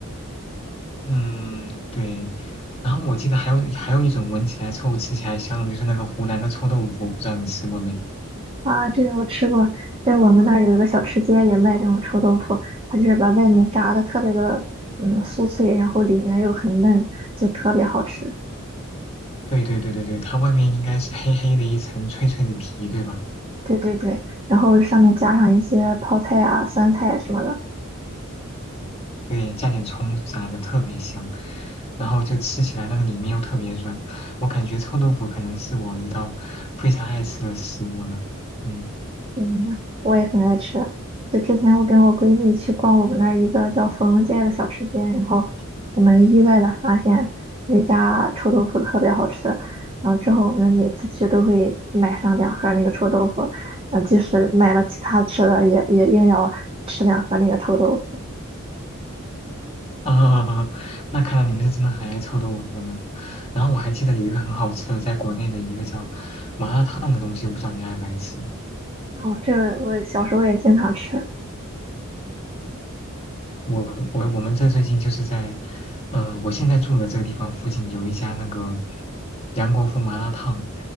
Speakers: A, on the left; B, on the right.
A: <laughs> 嗯，对。然后我记得还有还有一种闻起来臭、吃起来香的就是那个湖南的臭豆腐，不知道你吃过没？
B: 啊！这个我吃过，在我们那儿有一个小吃街也卖这种臭豆腐，它就是把外面炸的特别的嗯酥脆，然后里面又很嫩，就特别好吃。
A: 对对对对对，它外面应该是黑黑的一层脆脆的皮，对吧？
B: 对对对，然后上面加上一些泡菜啊、酸菜什么的，
A: 对，加点葱啥的特别香，然后就吃起来那个里面又特别软，我感觉臭豆腐可能是我一道非常爱吃的食物了。嗯
B: 嗯，我也很爱吃。就之前我跟我闺蜜去逛我们那儿一个叫芙蓉街的小吃街，然后我们意外的发现那家臭豆腐特别好吃。然后之后我们每次去都会买上两盒那个臭豆腐，嗯，即使买了其他吃的也，也硬要吃两盒那个臭豆腐。
A: 啊，<laughs> 那看来你们是真的很爱臭豆腐呢。然后我还记得有一个很好吃的，在国内的一个叫麻辣烫的东西，我不知道你爱不爱吃。
B: 哦，这个我小时候也经常吃。
A: 我我我们这最近就是在，呃，我现在住的这个地方附近有一家那个杨国福麻辣烫，